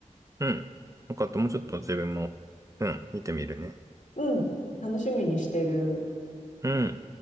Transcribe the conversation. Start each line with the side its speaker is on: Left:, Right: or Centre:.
Right: うん。よかった。もうちょっと自分も、うん、見てみるね。
Left: うん、楽しみにしてる。
Right: うん。